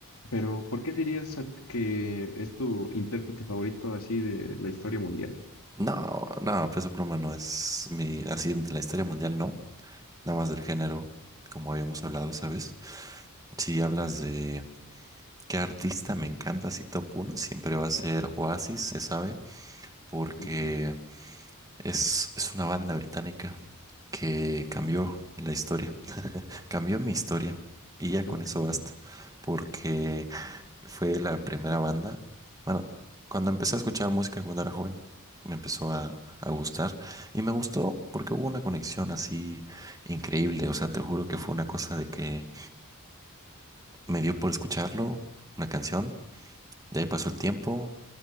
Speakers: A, on the left (about 70°); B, on the right (about 15°).
A: Pero, ¿por qué dirías a- que es tu intérprete favorito así de la historia mundial?
B: No, no, Peso Pluma no es mi, así de la historia mundial, no. Nada más del género, como habíamos hablado esa vez. Si hablas de qué artista me encanta, si top uno, siempre va a ser Oasis, se sabe. porque
A: Ok.
B: es, es una banda británica que cambió la historia, cambió mi historia y ya con
A: Ok.
B: eso basta, porque fue la primera banda, bueno, cuando empecé a escuchar música cuando era joven, me empezó a, a gustar y me gustó porque hubo una conexión así increíble, o sea, te juro que fue una cosa de que me dio por escucharlo, una canción, de ahí pasó el tiempo,